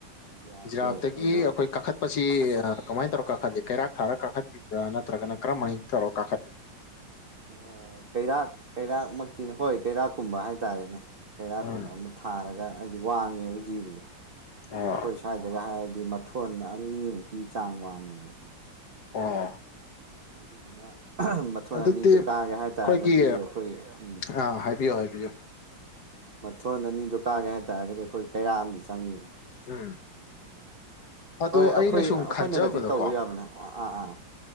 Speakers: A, on the right; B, on the left.
A: ꯖꯤꯔꯥꯞꯁꯦ
B: ꯨꯖꯤꯔꯥꯥꯞꯇꯒꯤ
A: ꯑꯩꯗꯤ
B: ꯑꯩꯈꯣꯏ ꯀꯥꯈꯠꯄꯁꯤ
A: ꯀꯥꯈꯠꯄꯁꯤ
B: ꯑ ꯀꯃꯥꯏ ꯇꯧꯔ ꯀꯥꯈꯠꯂꯤ
A: ꯀꯃꯥꯏꯅ
B: ꯀꯩꯔꯥꯛ ꯊꯥꯔ ꯀꯥꯈꯠ ꯄꯤꯕ‍꯭ꯔ ꯅꯠꯇ꯭ꯔꯒꯅ ꯀ꯭ꯔꯝ ꯃꯥꯏ ꯇꯧꯔ ꯀꯥꯈꯠ
A: ꯑ ꯀꯩꯔꯥꯛ ꯀꯩꯔꯥꯛꯃꯛꯇꯤꯅꯦ ꯍꯣꯏ ꯀꯩꯔꯥꯛꯀꯨꯝꯕ ꯍꯥꯏꯇꯥꯔꯦꯅꯦ ꯀꯩꯔꯥꯛꯀꯨꯝꯕ
B: ꯎꯝ
A: ꯑꯃ ꯊꯥꯔꯒ ꯍꯥꯏꯗꯤ ꯋꯥꯡꯉꯦꯕ ꯖꯤꯕꯁꯦ
B: ꯑꯣ
A: ꯑꯩꯈꯣꯏ ꯁ꯭ꯋꯥꯏꯗꯒ ꯍꯥꯏꯔꯗꯤ ꯃꯊꯣꯟ ꯑꯅꯤꯃꯨꯛꯀꯤ ꯆꯥꯡ ꯋꯥꯡꯉꯦꯕ
B: ꯑꯣ
A: ꯑꯗꯨꯗꯨꯅ ꯃꯊꯣꯟ
B: ꯑꯗꯨꯗꯤ
A: ꯑꯅꯤꯗꯣ ꯀꯥꯒꯦ ꯍꯥꯏꯇꯥꯔꯒꯗꯤ
B: ꯑꯩꯈꯣꯏꯒꯤ
A: ꯑꯩꯈꯣꯏ ꯎꯝ
B: ꯑꯥ ꯍꯥꯏꯕꯤꯌꯨ ꯍꯥꯏꯕꯤꯌꯨ
A: ꯃꯊꯣꯟ ꯑꯅꯤꯗꯨ ꯀꯥꯒꯦ ꯍꯥꯏꯇꯥꯔꯒꯗꯤ ꯑꯩꯈꯣꯏ ꯀꯩꯔꯥꯛ ꯑꯝꯗꯤ ꯆꯪꯅꯤꯗꯅ
B: ꯎꯝ
A: ꯑꯗꯨꯗꯨꯅ
B: ꯑꯗꯨ
A: ꯍꯣꯏ ꯑꯩꯈꯣꯏ
B: ꯑꯩꯅ ꯁꯨꯝ
A: ꯑꯩꯈꯣꯏꯅꯒꯗꯤ
B: ꯈꯟꯖꯕꯗꯀꯣ
A: ꯇꯧꯔꯨ ꯌꯥꯕꯅꯦ ꯑꯥ ꯑꯥ ꯑꯥ